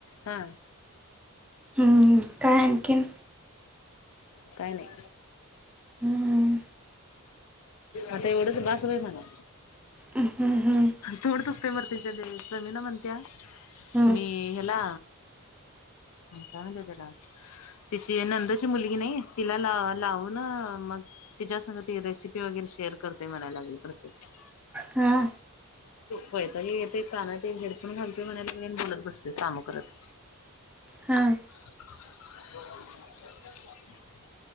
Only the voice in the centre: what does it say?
हम्म काय आणखीन?
हम्म
ह हम्म! हम्म
हम्म
हा!
हां!